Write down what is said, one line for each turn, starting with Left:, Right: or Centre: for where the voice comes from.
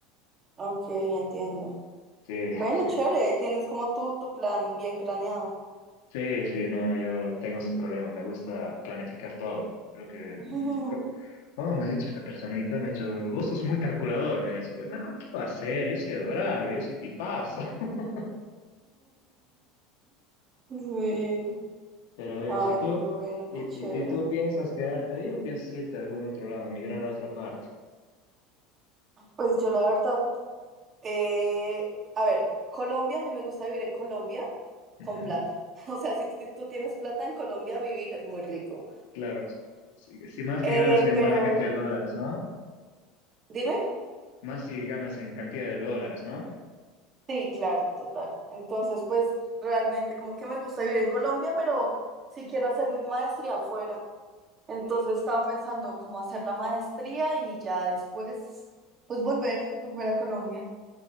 Right: ok, entiendo.
Left: Sí,
Right: Bueno,
Left: sí,
Right: chévere, ahí tienes como tú tu plan bien craneado.
Left: sí, sí, no, yo tengo ese problema, me gusta planificar todo. Creo que,
Right: <laughs>
Left: mm, co- ¿cómo me ha dicho esta personita? Me ha dicho, vos sos muy calculador, me ha dicho. No, ¿qué va a ser? Yo soy adorable, yo soy tipazo. <laughs>
Right: Sí.
Left: Pero eh,
Right: Ay,
Left: si tú,
Right: pero bueno,
Left: y,
Right: qué
Left: y-
Right: chévere.
Left: y tú piensas quedarte ahí o piensas irte a algún otro lado, migrar a otra parte?
Right: Pues yo la verdad. Eh, a ver, Colombia, a mí me gusta vivir en Colombia con
Left: Ujú,
Right: plata. <laughs> O sea, si t- tú tienes plata en Colombia, vivir es muy rico.
Left: Claro, si, si más
Right: Eh,
Left: si ganas en
Right: pero,
Left: buena cantidad de dólares, ¿no?
Right: dime.
Left: Más si ganas en cantidad de dólares, ¿no?
Right: Sí, claro, total. Entonces, pues realmente como que me gusta vivir en Colombia, pero sí quiero hacer mi maestría afuera. Entonces estaba pensando cómo hacer la maestría y ya después, pues volver, volver a Colombia.